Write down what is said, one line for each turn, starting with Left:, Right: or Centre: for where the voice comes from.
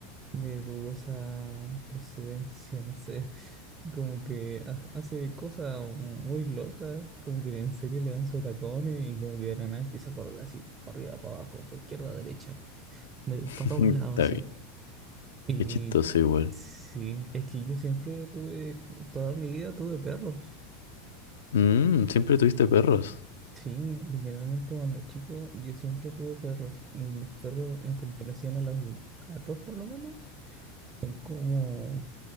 Right: de dudosa procedencia, no sé. Como que ha- hace cosas muy locas, como que en serio le dan su tacón y como que de la nada empieza a correr así, para arriba, para abajo, para izquierda, derecha,
Left: <laughs>
Right: para todos lados
Left: Está
Right: así.
Left: bien,
Right: Y
Left: es chistoso igual.
Right: sí, es que yo siempre tuve, toda mi vida tuve perros.
Left: Mm, siempre tuviste perros.
Right: Sí, literalmente cuando chico yo siempre tuve perros y los perros en comparación a los gatos por lo menos son como,